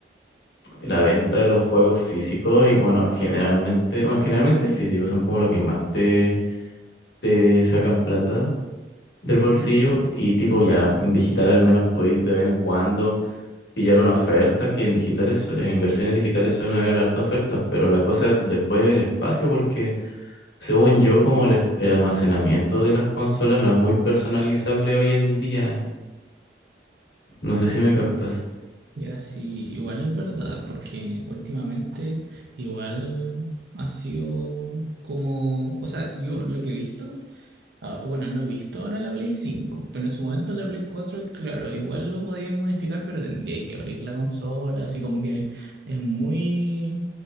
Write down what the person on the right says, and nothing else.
Ujú.
Ya sí, igual es verdad, porque últimamente igual ha sido como, o sea, yo lo que he visto, ah, bueno, no he visto ahora la Play cinco pero en su momento la Play cuatro claro, igual lo podía modificar, pero tendría que abrir la consola, así como que es muy,